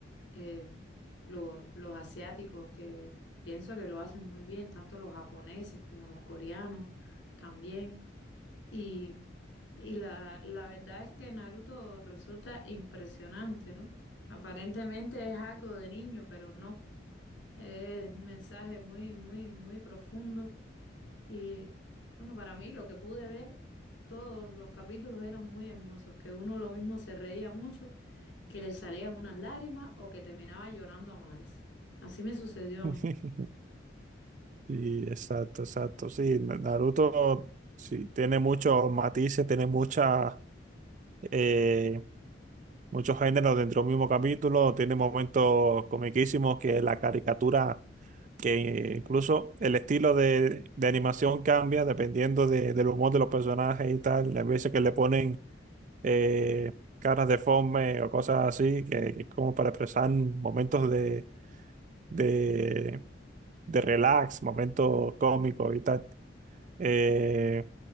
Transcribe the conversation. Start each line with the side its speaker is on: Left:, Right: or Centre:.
Left: eh, lo- los asiáticos, que pienso que lo hacen muy bien, tanto los japoneses como los coreanos también. Y, y la, la verdad es que Naruto resulta impresionante, ¿no? Aparentemente es algo de niño, pero no. Es un mensaje muy, muy, muy profundo y bueno, para mí lo que pude ver, todos los capítulos eran muy hermosos, que uno lo mismo se reía mucho, que le salían unas lágrimas o que terminaba llorando a mares. Así me sucedió a
Right: <laughs>
Left: mí.
Right: Sí, exacto, exacto. Sí, Na- Naruto sí, tiene muchos matices, tiene muchas eh, Muchos géneros dentro del mismo capítulo, tiene momentos comiquísimos que la caricatura, que incluso el estilo de, de animación cambia dependiendo de- del humor de los personajes y tal. Las veces que le ponen eh, caras deformes o cosas así, que, que es como para expresar momentos de, de, de relax, momentos cómicos y tal. Eh,